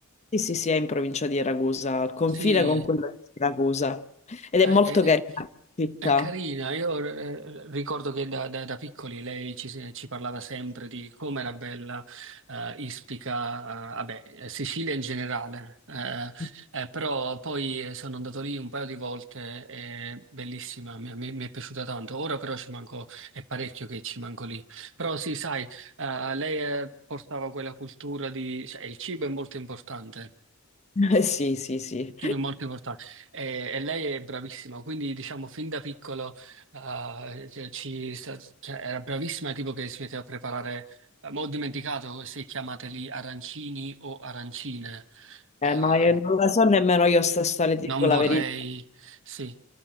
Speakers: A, on the left; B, on the right.
A: sì, sì, sì, è in provincia di Ragusa, al confine
B: Sì,
A: con quella di Siracusa. Ed
B: eh,
A: è molto
B: è,
A: carina la città.
B: È carina, io eh, eh, ricordo che da, da- da piccoli lei ci, ci parlava sempre di come era bella eh, Ispica, eh, vabbè, eh, Sicilia in generale, eh,
A: <laughs>
B: eh, però poi eh, sono andato lì un paio di volte, è bellissima, mi, mi- mi è piaciuta tanto, ora però ci manco, è parecchio che ci manco lì, però sì, sai, eh, lei eh, portava quella cultura di, cioè, il cibo è molto importante,
A: Eh, Sì, sì, sì.
B: Fiume è molto importante e, e lei è bravissima, quindi diciamo fin da piccolo eh, cioè, ci sta- cioè, era bravissima, tipo che si metteva a preparare, eh, ma ho dimenticato se chiamateli arancini o arancine, Eh,
A: Eh, ma io non la so nemmeno io sta storia, ti
B: non
A: dico la
B: vorrei,
A: verità.
B: sì,